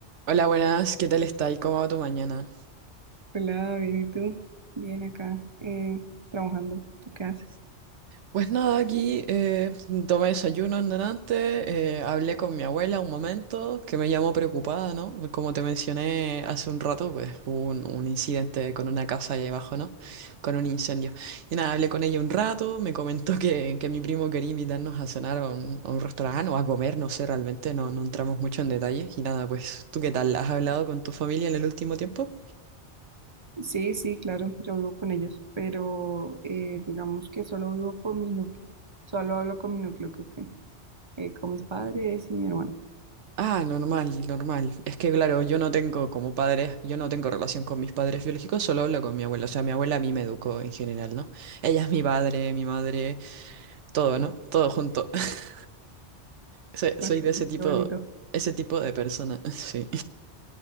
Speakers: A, on the right; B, on the right.
A: Hola, buenas, ¿qué tal está y cómo va tu mañana?
B: Hola, bien, ¿y tú? Bien acá, eh, trabajando. ¿Tú qué haces?
A: Pues nada, aquí eh, tomé desayuno en delante, eh, hablé con mi abuela un momento, que me llamó preocupada, ¿no? Como te mencioné hace un rato, pues hubo un, un incidente con una casa ahí abajo, ¿no? Con un incendio. Y nada, hablé con ella un rato, me comentó que, que mi primo quería invitarnos a cenar a un, a un restaurante o a comer, no sé, realmente no, no entramos mucho en detalles. Y nada, pues, ¿tú qué tal? ¿Has hablado con tu familia en el último tiempo?
B: Sí, sí, claro, yo vivo con ellos, pero eh, digamos que solo vivo con mi núcleo. Solo hablo con mi núcleo, qué pena. Eh, con mis padres y mi hermano.
A: Ah, normal, normal. Es que claro, yo no tengo como padres, yo no tengo relación con mis padres biológicos, solo hablo con mi abuela. O sea, mi abuela a mí me educó en general, ¿no? Ella es mi padre, mi madre, todo, ¿no? Todo junto. <laughs> Soy soy
B: Ok,
A: de ese tipo,
B: qué bonito.
A: ese tipo de persona, <laughs> sí.